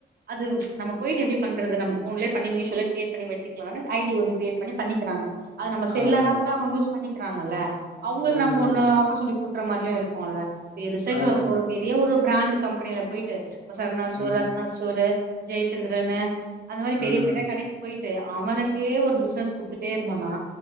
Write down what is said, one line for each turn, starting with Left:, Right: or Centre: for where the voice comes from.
Right: அது நம்ம போயிட்டு எப்டி பண்றது நம்ம ஃபோன்லயே பண்ணி மீஷோலா கிரியேட் பண்ணி வெச்சுக்கலானு ஐடி ஒண்ணு கிரியேட் பண்ணி பண்ணிக்கிறாங்க அது நம்ம செல்லனா
Left: ஆமாமா
Right: கூட அவங்க யூஸ் பண்ணிகிறாங்கள்ல அவங்ளுக்கு
Left: ம்
Right: நம்ப ஒண்ணு
Left: ம்
Right: ஆப்பர்சூனிட்டி குடுக்குற மாரியு இருக்குல்ல பெருசா இப்ப
Left: ஆமாமா
Right: ஒரு பெரிய ஒரு பிரேண்டு கம்பெனில போயிட்டு ஒரு சரவணாஸ்
Left: ம்
Right: ஒரு ரத்னா ஸ்டோரு ஜெயச்சந்ரனு அந்த மாரி பெரிய
Left: ம்
Right: பெரிய கடைக்கு போயி ட்டு அவனுக்கே ஒரு பிஸ்னஸ் குடுத்துட்டே இருந்தோன்னா